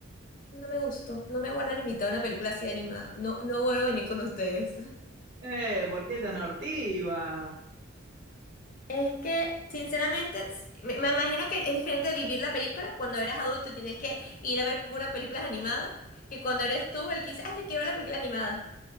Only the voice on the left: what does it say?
no me gustó, no me vuelvan a invitar a una película así animada, no, no vuelvo a venir con ustedes. <laughs>
Es que, sinceramente, s- me, me imagino que es diferente de vivir la película cuando eres adulto y tienes que ir a ver puras películas animadas que cuando eres tú el que dice, ay, yo quiero ver la película animada.